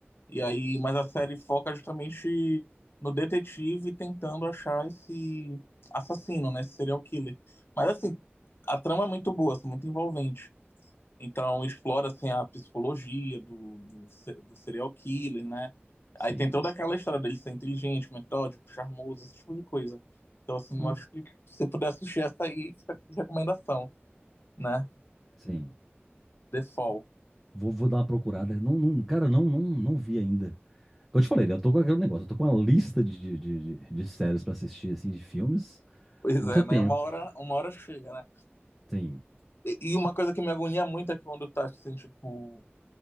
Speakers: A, on the left (about 65°); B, in the centre.
A: E aí, mas a série foca justamente no detetive tentando achar esse assassino, né? Esse serial killer. Mas assim, a trama é muito boa, assim, muito envolvente. Então explora assim a psicologia do, do, se- do serial killer, né?
B: Sim.
A: Aí tem toda aquela história dele ser inteligente, metódico, charmoso, esse tipo de coisa. Então assim,
B: Ó,
A: eu acho que se você puder assistir essa aí, fica de recomendação, né?
B: sim.
A: Default.
B: Vou, vou dar uma procurada. Não, não, cara, não, não, não vi ainda. Como eu te falei, né, eu tô com aquele negócio, eu tô com uma lista de, de, de, de- de séries pra assistir, assim, de filmes.
A: Pois
B: Não precisa
A: é, né?
B: tempo.
A: Uma hora, uma hora chega, né?
B: Sim,
A: E e uma coisa que me agonia muito é quando tá, assim, tipo,